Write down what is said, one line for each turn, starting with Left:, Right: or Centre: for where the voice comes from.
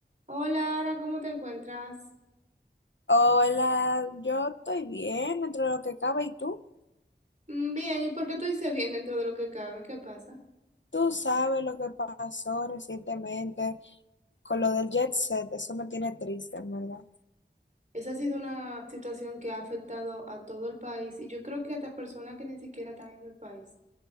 Right: Hola, Ara, ¿cómo te encuentras?
Left: Hola, yo estoy bien dentro de lo que cabe. ¿Y tú?
Right: Mm, Bien, ¿y por qué tú dices bien dentro de lo que cabe? ¿Qué pasa?
Left: Tú sabes lo que pasó recientemente con lo del jet set. Eso me tiene triste, en verdad.
Right: Esa ha sido una situación que ha afectado a todo el país y yo creo que hasta personas que ni siquiera están en el país,